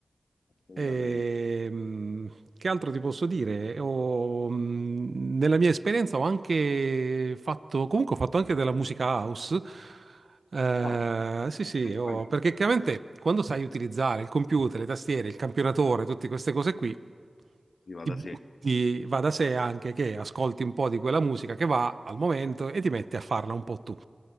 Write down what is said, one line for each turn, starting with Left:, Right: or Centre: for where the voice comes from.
Left: assolutamente.
Right: Ehm, che altro ti posso dire? Ho, mh, nella mia esperienza ho anche fatto, comunque ho fatto anche della musica house. Eh,
Left: Wow,
Right: sì, sì,
Left: anche,
Right: ho- perché chiaramente quando sai utilizzare il computer, le tastiere, il campionatore, tutte queste cose qui,
Left: sì, va
Right: ti
Left: da
Right: butti,
Left: sé.
Right: va da sé anche che ascolti un po' di quella musica che va al momento e ti metti a farla un po' tu.